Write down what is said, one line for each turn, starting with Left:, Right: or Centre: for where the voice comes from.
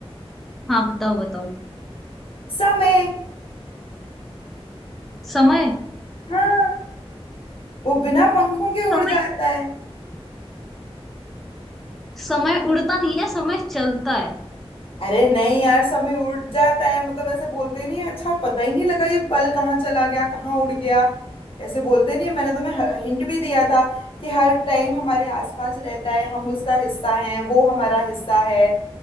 Centre: हाँ बताओ बताओ
Left: समय
Centre: समय
Left: हाँ वो बिना पंखों के
Centre: समय
Left: उड़ जाता है
Centre: समय उड़ता नहीं है समय चलता है
Left: अरे नहीं यार समय उड़ जाता है मतलब ऐसे बोलते नहीं है अच्छा पता ही नहीं लगा ये पल कहाँ चला गया कहाँ उड़ गया ऐसे बोलते नहीं है मैंने तुम्हें हिंट भी दिया था कि हर टाइम हमारे आसपास रहता है हम उसका हिस्सा हैं वो हमारा हिस्सा है